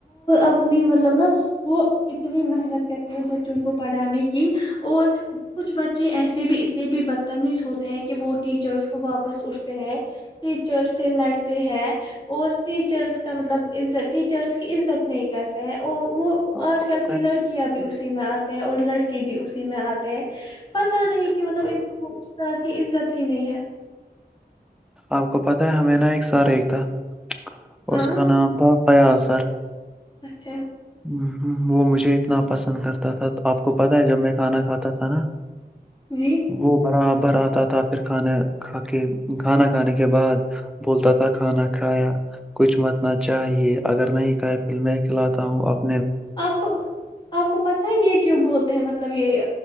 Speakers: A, on the left; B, in the centre.
A: اپنی مطلب نا وہ اتنی محنت کرتے ہیں بچوں کو پڑھانے کی اور کچھ بچے ایسے بھی اتنے بھی بدتمیز ہوتے کہ وہ ٹیچرس کو واپس اٹھتے ہیں تو چر سے لڑتے ہیں اور ٹیچرس کا مطلب عت ٹیچرس عزت نہیں کرتے ہیں وہ وہ
B: آپ
A: آج
B: کو
A: کل
B: پتا
A: کی
B: ہے
A: لڑکیاں بھی اس اسی میں آتے ہیں اور لڑکے بھی اسی میں آتے ہیں پتا نہیں کہ مطلب ان کا س کی عزت ہی نہیں ہے
B: آپ کو پتاہ ہے ہمیں نا ایک ر تھا اس
A: ہاں
B: کا نام تھا فیاضازر
A: اچھا
B: ہ وہ مجھے اتنا پسند کرتا تھا تو آپ کو پتاہ ہے جب میں کھانا کھاتا تھا نا
A: جی
B: وہ براب بر آتا تھا پھر کھانا کھا کے کھانا کھانے کے بعد بولتا تھا کھانا کھایا کچھ متنا چاہیے اگر نہیں کھایا پھر میں کھلاتا ہوں اب
A: آپ کو آپ کو پت ہے یہ کیوں بولتے ہیں مطلب یہ